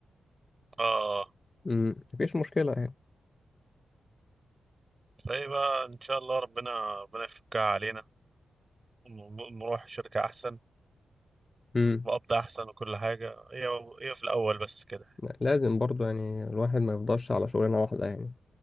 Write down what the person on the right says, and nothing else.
آه.
فإيه بقى إن شاء الله ربنا ربنا يفكها علينا ون- نروح شركة أحسن
بقبض أحسن وكل حاجة هي هي في الأول بس كده